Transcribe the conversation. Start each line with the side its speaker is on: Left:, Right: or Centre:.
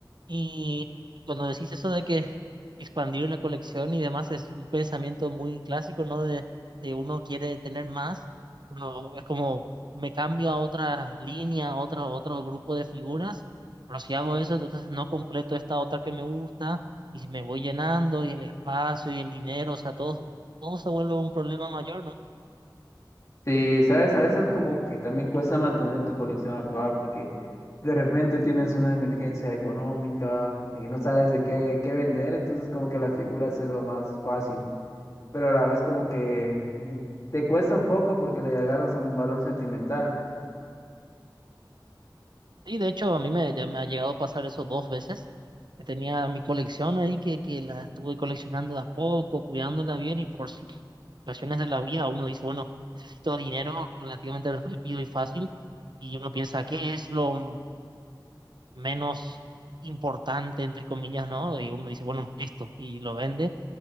Right: y cuando decís eso de que <laughs> expandir la colección y demás es un pensamiento muy clásico, ¿no? De, de uno quiere tener más, no, es como me cambio a otra línea, a otra, otro grupo de figuras, pero si hago eso, entonces no completo esta otra que me gusta y si me voy llenando y el espacio y el dinero, o sea, todo, todo se vuelve un problema mayor, ¿no?
Left: Sí, sabes, a veces como que también cuesta mantener tu colección actual porque de repente tienes una emergencia económica y no sabes de qué, qué vender, entonces como que las figuras es lo más fácil, pero a la vez como que te cuesta un poco porque le agarras un valor sentimental.
Right: Sí, de hecho, a mí me, ya me ha llegado a pasar eso dos veces. que tenía mi colección ahí que, que la estuve coleccionando de a poco, cuidándola bien y por situ- situaciones de la vida uno dice, bueno, necesito dinero relativamente rápido y fácil y uno piensa, ¿qué es lo menos importante, entre comillas, ¿no? Y uno dice, bueno, esto y lo vende